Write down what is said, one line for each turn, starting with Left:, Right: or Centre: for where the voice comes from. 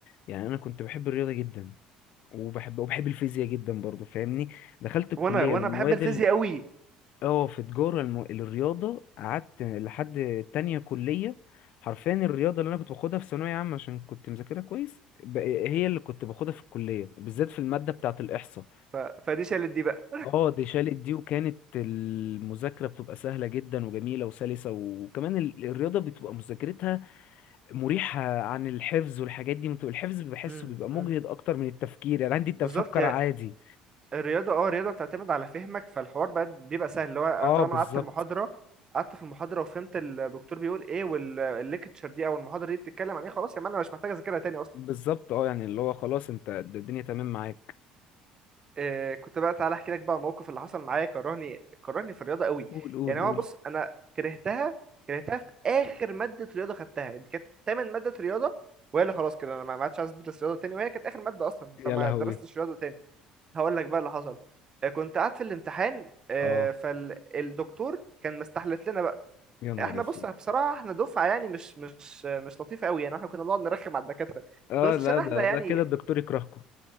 Left: يعني انا كنت بحب الرياضه جدا وبحب وبحب الفيزياء جدا برضو فاهمني دخلت الكليه
Right: وانا وانا
Left: المواد
Right: بحب الفيزياء قوي
Left: اه في تجارة الم... الرياضة قعدت لحد تانية كلية حرفيا الرياضة اللي أنا كنت باخدها في ثانوية عامة عشان كنت مذاكرها كويس ب... هي اللي كنت باخدها في الكلية وبالذات في المادة بتاعة الإحصاء
Right: ف... فدي شالت دي بقى
Left: اه دي شالت دي وكانت المذاكرة بتبقى سهلة جدا وجميلة وسلسة وكمان ال- الرياضة بتبقى مذاكرتها مريحة عن الحفظ والحاجات دي بتبقى الحفظ بحسه
Right: امم
Left: بيبقى مجهد أكتر من التفكير يعني عندي تفكر
Right: بالظبط
Left: عادي
Right: الرياضة اه الرياضة بتعتمد على فهمك فالحوار بقى بيبقى سهل اللي هو أنا
Left: اه
Right: طالما
Left: بالظبط
Right: أنا قعدت المحاضرة قعدت في المحاضرة وفهمت الدكتور بيقول ايه والليكتشر دي او المحاضرة دي بتتكلم عن ايه خلاص يا مان انا مش محتاج اذاكرها تاني اصلا
Left: بالظبط اه يعني اللي هو خلاص انت الدنيا تمام معاك
Right: إيه كنت بقى تعالى احكي لك بقى الموقف اللي حصل معايا كرهني كرهني في الرياضة قوي
Left: قول قول
Right: يعني
Left: قول
Right: هو بص انا كرهتها كرهتها في اخر مادة رياضة خدتها دي كانت تامن مادة رياضة وهي اللي خلاص كده انا ما ما عادش عايز ادرس رياضة تاني وهي كانت اخر مادة اصلا
Left: يا
Right: فما
Left: لهوي
Right: درستش رياضة تاني هقول لك بقى اللي حصل آه، كنت قاعد في الامتحان آه،
Left: اه
Right: فالدكتور كان مستحلف لنا بقى
Left: يا نهار
Right: احنا
Left: اسود
Right: بص بصراحه احنا دفعه يعني مش مش مش لطيفه قوي يعني احنا كنا بنقعد نرخم على الدكاتره
Left: اه
Right: بس
Left: لا
Right: عشان احنا
Left: ده
Right: يعني
Left: ده كده الدكتور يكرهكم